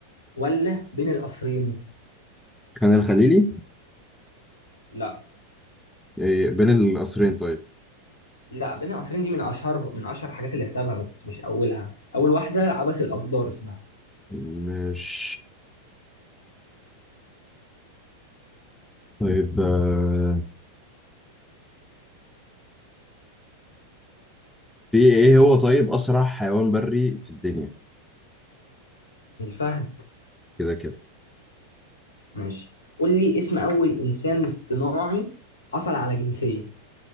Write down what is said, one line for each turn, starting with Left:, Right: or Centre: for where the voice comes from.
Left: ولا بين القصرين؟
Centre: كان الخليلي
Left: لا
Centre: إيه، بين القصرين طيب
Left: لا بين القصرين دي من اشهر من اشهر الحاجات اللي كتبها بس مش اولها اول واحده عبث الاقدار اسمها
Centre: مش طيب آه، في ايه هو طيب أسرع حيوان بري في الدنيا
Left: من الفهد
Centre: كده كده
Left: ماشي قول لي اسم اول انسان اصطناعي حصل على جنسيه